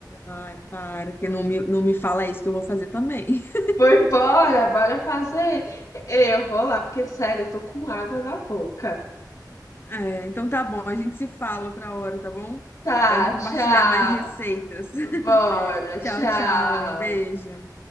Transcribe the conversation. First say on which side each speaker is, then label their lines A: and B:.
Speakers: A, on the left; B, on the left.
A: Ai, para que não me, não me fala isso que eu vou fazer também. <laughs>
B: Foi embora, bora fazer. Ei, eu vou lá, porque, sério, eu tô com água na boca.
A: É, então tá bom, a gente se fala outra hora, tá bom?
B: Tá,
A: Vamos compartilhar
B: tchau.
A: mais receitas. <laughs>
B: Bora, tchau.
A: Tchau, tchau. Beijo.